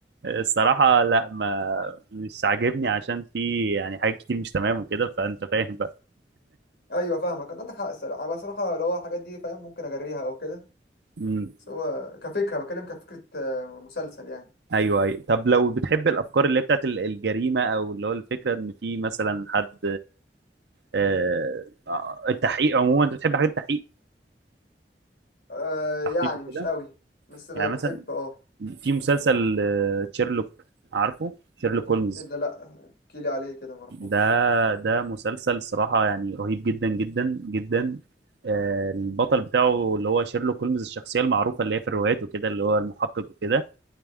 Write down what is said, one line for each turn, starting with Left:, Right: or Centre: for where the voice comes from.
Right: الصراحه لا ما مش عاجبني عشان في يعني حاجات كتير مش تمام وكده فانت فاهم
Left: ايوه فاهمك انت عندك حق الصراحه انا بصراحه لو الحاجات دي فاهم ممكن اجريها او كده
Right: بقى
Left: بس هو كفكره بتكلم كفكره آه، مسلسل يعني
Right: ايوه ايوه طب لو بتحب الافكار اللي هي بتاعت ال- الجريمه او اللي هو الفكره ان في مثلا حد آه، آه، التحقيق عموما انت بتحب حاجات التحقيق
Left: آه يعني
Right: تحقيق
Left: مش
Right: كده
Left: قوي بس ب-
Right: يعني مثلا
Left: بحب اه
Right: في مسلسل آه، شيرلوك عارفه شيرلوك هولمز
Left: ايه ده لا احكي لي عليه كده معرفوش
Right: ده ده مسلسل صراحه يعني رهيب جدا جدا جدا آه، البطل بتاعه اللي هو شيرلوك هولمز الشخصيه المعروفه اللي هي في الروايات وكده اللي هو المحقق وكده